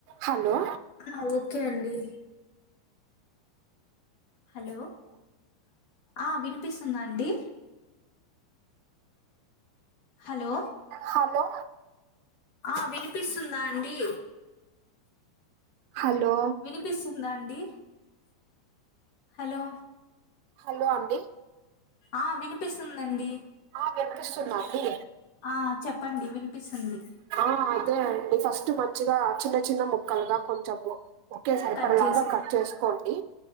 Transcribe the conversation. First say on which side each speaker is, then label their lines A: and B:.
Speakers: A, on the right; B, on the left.
A: హలో
B: ఆ ఓకే అండి. హలో ఆ వినిపిస్తుందా అండి. హలో.
A: హలో.
B: ఆ వినిపిస్తుందా అండి.
A: హలో.
B: వినిపిస్తుందా అండి హలో
A: హలో అండి
B: ఆ వినిపిస్తుందండి
A: ఆ వినిపిస్తుందా అండి
B: ఆ చెప్పండి వినిపిస్తుంది
A: ఆ అదే అండి ఫస్ టు మంచిగా చిన్న చిన్న ముక్కలుగా కొంచెము ఒకె సరిపడ
B: కట్ చేసుకో
A: లాగా కట్ చేసుకోండి